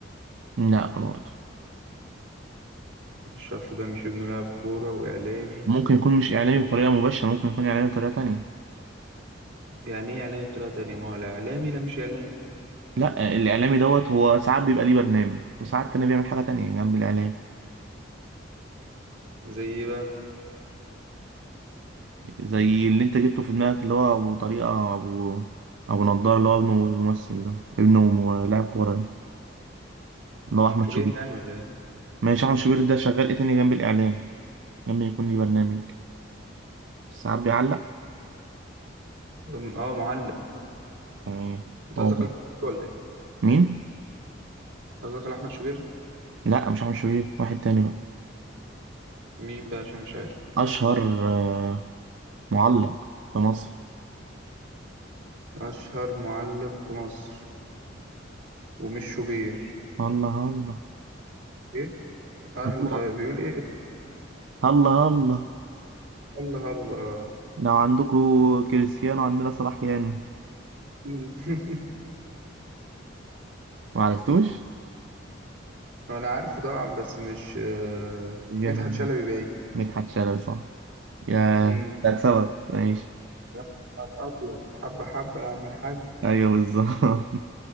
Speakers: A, on the right; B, on the right.
A: لا برضو
B: الشخص ده مش ابنه لاعب كورة وإعلامي
A: ممكن يكون مش إعلامي
B: و...
A: بطريقة مباشرة ممكن يكون إعلامي بطريقة تانية
B: يعني إيه إعلامي بطريقة تانية ما هو لا إعلامي لا مش إعلامي
A: لا الاعلامي دوت هو ساعات بيبقى ليه برنامج وساعات تاني بيعمل حاجه تانية جنب الاعلام
B: زي إيه بقى
A: زي اللي انت جبته في دماغك اللي هو ابو طريقه ابو ابو نضاره اللي هو ابنه ممثل ده ابنه م- لاعب كوره ده، اللي هو احمد
B: شوبير
A: شوبير
B: يعني ولا إيه
A: ماشي احمد شوبير ده شغال ايه تاني جنب الاعلام لما يكون ليه برنامج ساعات بيعلق
B: أم- اه معلق
A: تمام
B: انت
A: هو
B: قصدك على أحمد شوبير ولا ايه
A: مين
B: قصدك على احمد شوبير
A: لا مش احمد شوبير واحد تاني بقى
B: مين بقى عشان مش عارف
A: اشهر آه، معلق في مصر
B: اشهر معلق في مصر ومش شوبير
A: الله الله
B: ايه اهل
A: الله
B: آه بيقول ايه إيه؟
A: الله الله
B: الله الله
A: لو عندكم كريستيانو عندنا صلاح يانو
B: مم. <laughs>
A: ما عرفتوش
B: هو انا عارفه طبعا بس مش آه،
A: جامد
B: مدحت شلبي باين
A: مدحت شلبي صح يا
B: مم.
A: هكسبك ماشي
B: يا نهار أبيض. حبة حبة يا عم الحاج
A: ايوه بالظبط <laughs>